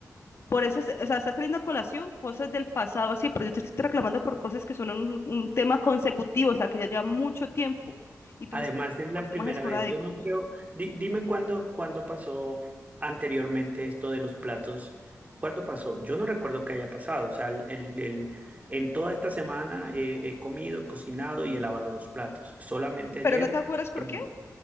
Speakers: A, on the left (about 45°); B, on the right (about 25°).
A: por eso, es- o sea, estás trayendo a colación cosas del pasado así, pero yo te estoy reclamando por cosas que son un, un tema consecutivo, o sea, que ya lleva mucho tiempo y tú
B: Además,
A: me estás
B: es la
A: por temas
B: primera
A: esporádicos.
B: vez. Yo no creo. di- dime cuándo, cuándo pasó anteriormente esto de los platos. ¿Cuándo pasó? Yo no recuerdo que haya pasado. O sea, el, el- el- en toda esta semana eh, he comido, cocinado y he lavado los platos. Solamente ayer.
A: ¿Pero no te acuerdas por
B: eh,
A: qué?